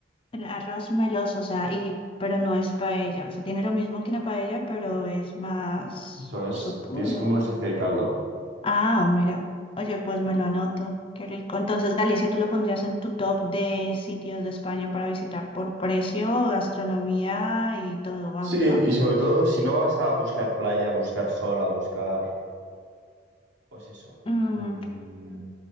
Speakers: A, on the left; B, on the right.
A: El arroz meloso, o sea, y, pero no es paella, o sea, tiene lo mismo que la paella, pero es más
B: Eso es,
A: supudo.
B: es como una especie de caldo.
A: Ah, mira. Oye, pues me lo anoto. Qué rico. Entonces, Galicia, ¿tú lo pondrías en tu top de sitios de España para visitar por precio, gastronomía y todo? Vamos,
B: Sí, y
A: ¿no?
B: sobre todo si no vas a buscar playa, a buscar sol, a buscar, pues eso,
A: Mm,
B: mm,